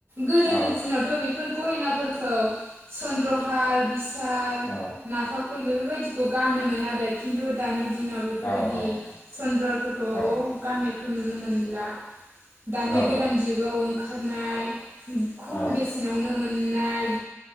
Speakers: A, on the right; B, on the left.
A: गोदोनि
B: औ
A: दिनावथ' बेफोर गहेनाफोरखौ सन्द्रहार बि हार
B: औ
A: नाफाल बेफोरबायदिखौ गानोमोन आरो खिन्थु दानि दिनाव बेफोरबायदि
B: औ
A: चनन्द्रारफोरखौ
B: औ
A: गान्नायखौ नुनो मोना नुला दानि
B: औ
A: गोदान
B: औ
A: जुगाव ओंखारनाय खम
B: औ
A: बेसेनावनो मोननाय